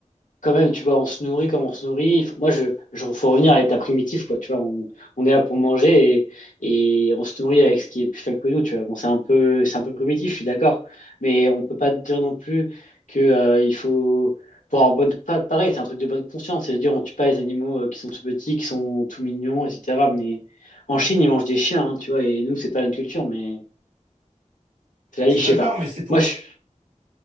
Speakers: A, on the left; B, on the right.
A: quand même, tu vois, on se nourrit comme on se nourrit. Faut- Moi, je, je, faut revenir à l'état primitif, quoi. Tu vois, on, on est là pour manger et, et on se nourrit avec ce qui est plus faible que nous, tu vois. Bon, c'est un peu, c'est un peu primitif, je suis d'accord. Mais on peut pas dire non plus que, euh, il faut, pour avoir bonne, pa- pareil, c'est un truc de bonne conscience. C'est-à-dire, on tue pas les animaux euh, qui sont tout petits, qui sont tout mignons, etc. Mais en Chine, ils mangent des chiens, hein, tu vois. Et nous, c'est pas notre culture, mais c'est
B: Je
A: la,
B: suis
A: je sais
B: d'accord,
A: pas.
B: mais c'est pour,
A: Moi, je,